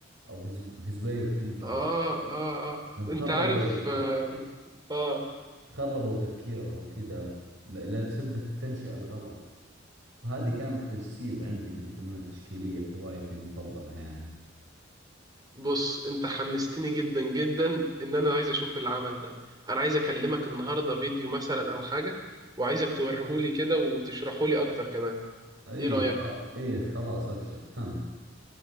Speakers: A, on the right; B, on the right.
A: او his his way of thinking
B: اه اه اه
A: يوم خربوا
B: انت عارف آه, اه
A: خربوا تفكيره وكذا م- لأن بسبة التنشئة الغلط فهذه كانت تجسيد عندي في الفنون التشكيلية في هوايتي المفضلة يعني
B: بص انت حمستني جدا جدا ان انا عايز اشوف العمل ده انا عايز اكلمك النهارده فيديو مثلا او حاجة وعايزك توريهولي كده وتشرحولي اكتر كمان
A: أي
B: ايه رأيك
A: خ- أي خلاص أبشر تم